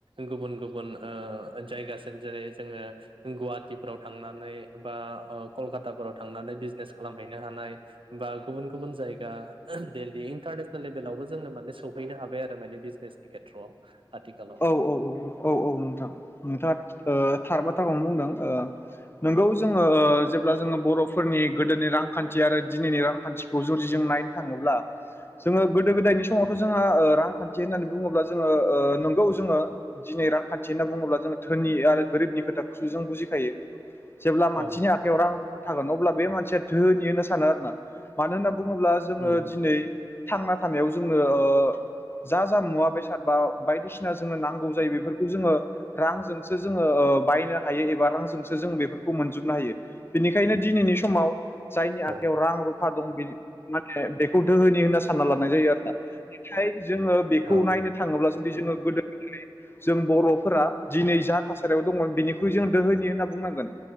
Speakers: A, on the right; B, on the left.
A: गुबुन गुबुन ओ जायगासिम जेरै जोङो गुवाहाटिफ्राव थांनानै बा टाफोराव थांनानै बिजनेस खालामहैनो हानाय बा गुबुन गुबुन जायगा दिल्ली इन्टारनेसनेल लेभेलावबो जोंनो माने सौहैनो हाबाय आरो माने बिजनेसनि खेथ्र'आव आथिखालाव
B: औ औ औ नोंथां नोंथाङा ओ थार बाथ्राखौनो बुंदों ओ नोंगौ जोङो ओ जेब्ला जोङो बर'फ फोरनि गोदोनि रांखान्थि आरो दिनैनि रांखान्थिखौ जुदि जों नायनो थाङोब्ला जोङो गोदो गोदायनि स समावथ' जोंहा ओ रांखान्थि होन्नानै बुङोब्ला जोङो ओ नंगौ जोङो दिनै रांखान्थि होननानै बुङोब्ला जों धोनि आरो गोरिबनि खोथाखौसो जों बुजिखायो। जेब्ला मानसिनि
A: औ
B: आखायाव रां रु थागोन अब्ला बे मानसिया धोनि होनो सानो आरोना मानो होनोब बुङोब्ला जोङो
A: उम
B: दिनै थांना थानायाव जोङो ओ जा जामुवा बेसाद बा बायदिसिना जोङो नांगौ जायो बेफोरखौ जोङो रांजोंसो जोङो ओ बायनो हायो एबा रांजोंसो जोङो बेफोरखौ मोनजोबनो हायो बिनिख खायनो दिनैनि समाव जायनि आखाइायाव
A: औ
B: रां रुफा दं बि माने बेखौ दोहोनि होनना सानना लानाय जायो आरो ना? फाय जोङो बेखौ
A: औ
B: नायनो थाङोब्ला जुदि जोङो गोदोनिफ्रायनो जों बर'फोरा दिनै जा थासारियाव दंमोन बेनिख्रुइ जों दोहोनि होनना बुंनांगोन।